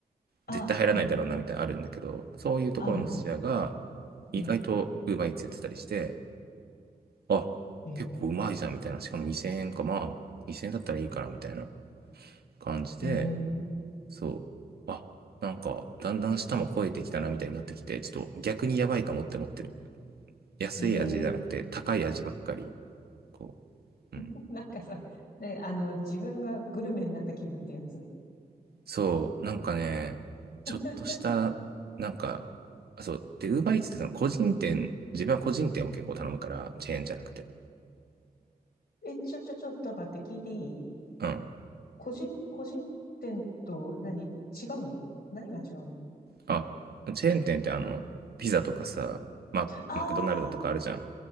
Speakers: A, on the left (about 80°); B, on the right (about 75°).
A: ああ、
B: 絶対入らないだろうなみたいなのあるんだけど、
A: うん、
B: そういうところの寿司屋が、
A: ある。
B: 意外と
A: うん。
B: Uber Eats やってたりして、あ、
A: ええ
B: 結構うまいじゃんみたいな、しかも2000円か、まあ、2000円だったらいいかなみたいな感じで、
A: ええ
B: そう、あ、なんか、だんだん下も超えてきたなみたいになってきて、ちょっと逆にやばいかもって思ってる。安い味じゃなくて高い味ばっかり。
A: ええ
B: こう、
A: <laughs>
B: うん。
A: なんかさ、ね、あの、自分がグルメになった気分ってやつ。
B: そう、なんかね、ちょっとした、
A: <laughs>
B: なんか、あそう、で、ウーバーイーツってその個人店、自分は個人店を結構頼むから、チェーンじゃなくて。
A: え、ちょ、ちょ、ちょっと待って、聞いていい
B: うん。
A: 個人、個人店と何違うの何が違うの
B: あ、チェーン店ってあの、ピザとかさ、マ、
A: あ
B: マクドナルドとかあるじゃん。